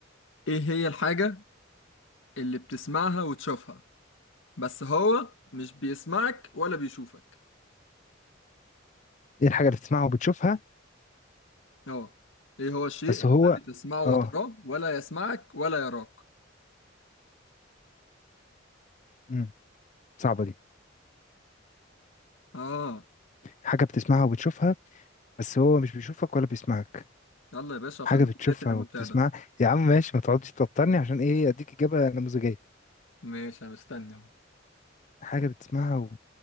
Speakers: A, on the left (about 85°); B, on the left (about 40°).
A: ايه هي الحاجة اللي بتسمعها وتشوفها بس هو مش بيسمعك ولا بيشوفك
B: إيه الحاجة اللي بتسمعها وبتشوفها
A: اه ايه هو الشيء
B: بس
A: الذي
B: هو
A: تسمعه
B: آه
A: وتراه ولا يسمعك ولا يراك
B: مم. صعبة دي
A: اه
B: حاجة بتسمعها وبتشوفها بس هو مش بيشوفك ولا بيسمعك
A: يلا يا باشا عشان
B: حاجة بتشوفها
A: دي بداية الريمونتادا
B: وبتسمعها يا عم ماشي ما تقعدش توترني عشان إيه أديك إجابة نموذجية
A: ماشي انا مستني اهو
B: حاجة بتسمعها و...